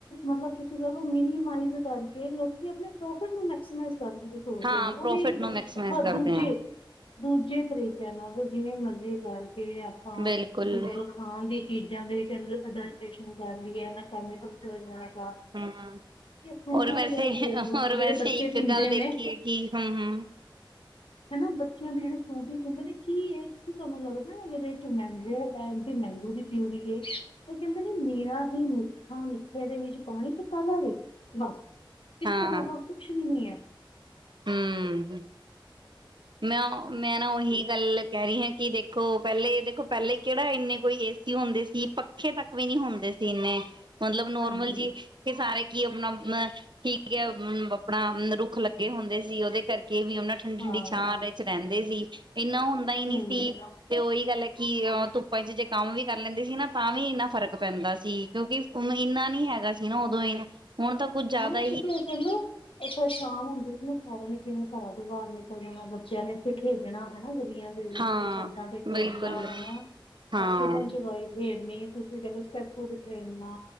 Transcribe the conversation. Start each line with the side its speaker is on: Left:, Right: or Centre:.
Left: ਮਤਲਬ ਮਿਨੀਮਾਈਜ਼ ਕਰਕੇ ਲੋਕੀ ਆਪਣੇ ਪ੍ਰੋਫਿਟ ਨੂੰ ਮੈਕਸੀਮਾਈਜ ਕਰਨ ਦੀ ਸੋਚਦੇ
Right: ਹਾਂ
Left: ਨੇ ਉਹ
Right: ਪ੍ਰੋਫਿਟ
Left: ਵੀ
Right: ਨੂੰ ਮੈਕਸੀਮਾਈਜ਼
Left: ਹਾਂ
Right: ਕਰਦੇ
Left: ਦੂਜੇ
Right: ਹੈ
Left: ਦੂਜੇ ਤਰੀਕਿਆਂ ਨਾਲ ਜਿਵੇਂ ਮਜ਼ੇ ਕਰਕੇ ਆਪਾਂ
Right: ਬਿਲਕੁਲ
Left: ਤੁਸੀਂ ਕਹਿ ਲਓ। ਦੀ ਚੀਜ਼ਾਂ ਦੇ ਵਿੱਚ <unintelligible>
Right: ਹੂੰ,
Left: ਫਰੂਟੀ
Right: ਹੋਰ ਵੈਸੇ
Left: ਵਗੈਰਾ ਹੀ ਦੇਖ
Right: ਹੋਰ
Left: ਲਓ ਜਿਹੜੇ
Right: ਵੈਸੇ
Left: ਬੱਚੇ
Right: ਇੱਕ
Left: ਪੀਂਦੇ
Right: ਗੱਲ
Left: ਨੇ
Right: ਦੇਖੀਏ ਕਿ ਹੂੰ ਹੂੰ।
Left: ਹਨਾ ਬੱਚਿਆਂ ਦੇ ਜਿਹੜੇ ਫਰੂਟੀ ਪੀਦੇ ਨੇ ਕੀ ਹੈ ਕੀ ਤੁਹਾਨੂੰ ਲੱਗਦਾ ਇਹਦੇ ਚ <unintelligible> ਮੈਗੋ ਦੀ ਪਿਊਲੀ ਉਹ ਕਹਿੰਦੇ ਨੇ ਨੀਰਾ ਹੀ ਮਿੱਠਾ ਮਿੱਠੇ ਦੇ ਵਿੱਚ ਪਾਣੀ ਤੇ <unintelligible> ਇਸ
Right: ਹਾਂ
Left: ਤੋਂ ਇਲਾਵਾ ਕੁੱਛ ਵੀ ਨਹੀਂ ਹੈ
Right: ਹੂੰ ਮੈਂ ਮੈਂ ਨਾ ਉਹੀ ਗੱਲ ਕਹਿ ਰਹੀ ਹਾਂ ਕਿ ਦੇਖੋ ਪਹਿਲੇ ਦੇਖੋ ਪਹਿਲੇ ਕਿਹੜਾ ਇੰਨੇ ਕੋਈ ਏਸੀ ਹੁੰਦੇ ਸੀ ਪੱਖੇ ਤੱਕ ਵੀ ਨੀ ਹੁੰਦੇ ਸੀ ਇੰਨੇ ਮਤਲਬ ਨੋਰਮਲ
Left: ਹਾਂਜੀ
Right: ਜੀ ਤੇ ਸਾਰੇ ਕੀ ਆਪਣਾ ਅ ਠੀਕ ਹੈ ਆਪਣਾ ਰੁੱਖ ਲੱਗੇ ਹੁੰਦੇ ਸੀ ਉਹਦੇ ਕਰਕੇ ਵੀ ਉਹਨਾਂ ਠੰਡੀ
Left: ਹਾਂ
Right: ਠੰਡੀ ਛਾਂ ਵਿੱਚ ਰਹਿੰਦੇ ਸੀ। ਇੰਨਾ ਹੁੰਦਾ ਹੀ ਨਹੀਂ
Left: ਹੂੰ
Right: ਸੀ ਤੇ ਉਹੀ ਗੱਲ ਹੈ। ਕਿ ਧੁੱਪਾਂ ਚ ਕੰਮ ਵੀ ਕਰ ਲੈਂਦੇ ਸੀ ਨਾ ਤਾਂ ਵੀ ਇੰਨਾ ਫਰਕ ਪੈਂਦਾ ਸੀ ਕਿਉਂਕਿ ਓਨੂੰ ਇਨਾ ਨੀ ਹੈਗਾ ਸੀ ਨਾ ਉਦੋਂ ਹੀ ਹੁਣ ਤਾਂ ਕੁੱਝ ਜ਼ਿਆਦਾ
Left: ਹਾਂ, ਕਿਕਣਾ ਗੱਲ ਇਥੇ ਸ਼ਾਮ ਹੁੰਦੀ ਉਹ ਨੇ ਕਿਵੇਂ ਘਰਾਂ ਤੋਂ ਬਾਹਰ ਨਿਕਲ ਜਾਣਾ ਬੱਚਿਆਂ ਨੇ ਇੱਥੇ ਖੇਡਣਾ ਹਨਾ ਗਲੀ ਦੇ ਵਿੱਚ
Right: ਹਾਂ
Left: ਛੱਤਾਂ ਤੇ ਖੇਡਣਾ
Right: ਬਿਲਕੁਲ
Left: ਹੈਨਾ
Right: ਹਾਂ
Left: ਸ਼ੁਪਨ ਛਪਾਈ ਖੇਡਣੀ ਤੁਸੀਂ ਕਹਿਲਓ ਸਟੈਪੂ ਖੇਲਣਾ